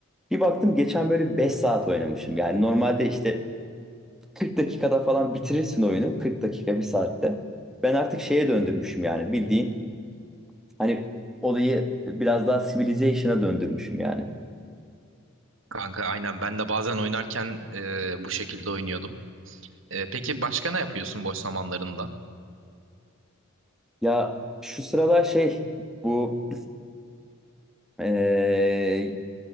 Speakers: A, in the centre; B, on the right (about 65°).
A: Bir baktım geçen böyle 5 saat oynamışım. Yani normalde işte 40 dakikada falan bitirirsin oyunu. 40 dakika, bir saatte. Ben artık şeye döndürmüşüm yani bildiğin. Hani olayı biraz daha civilization'a döndürmüşüm yani.
B: Kanka aynen ben de bazen oynarken e, bu şekilde oynuyordum. E, peki başka ne yapıyorsun boş zamanlarında?
A: Ya şu sıralar şey bu eee,